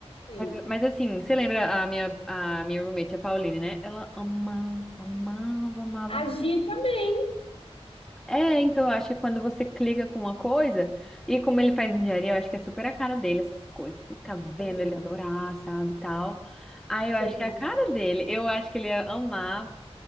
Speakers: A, on the left; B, in the centre.
A: Sim.
B: Mas, mas assim, você lembra a minha, a minha roommate, a Pauline, né? Ela amava, amava, amava.
A: Agir
B: amava.
A: também.
B: É, então eu acho que quando você clica com uma coisa, e como ele faz engenharia, eu acho que é super a cara dele, essas coisas. Fica vendo
A: Super,
B: ele adorar, sabe, e tal. Aí
A: super.
B: eu acho que é a cara dele. Eu acho que ele ia amar,